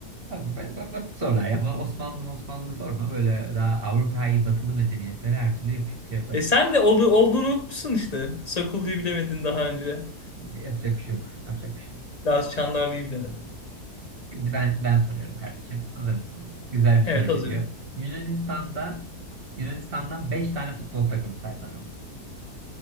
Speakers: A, on the right; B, on the left.
A: Tamam, ba- ba- bak sorular ama Osmanlı Osmanlı sorma böyle daha Avrupa'yı batılı medeniyetlere her türlü yap şey yaparım.
B: E sen de oldu, olduğunu unutmuşsun işte. Sakullu'yu bilemedin daha önce.
A: Yapacak bir şey yok. Yapacak bir şey yok.
B: Daha Çandarlı'yı bilemedin.
A: Şimdi ben ben soruyorum kardeşim. Hazır mısın? Güzel bir
B: Evet
A: soru geliyor.
B: hazırım.
A: Yunanistan'da Yunanistan'dan 5 tane futbol takımı say bana.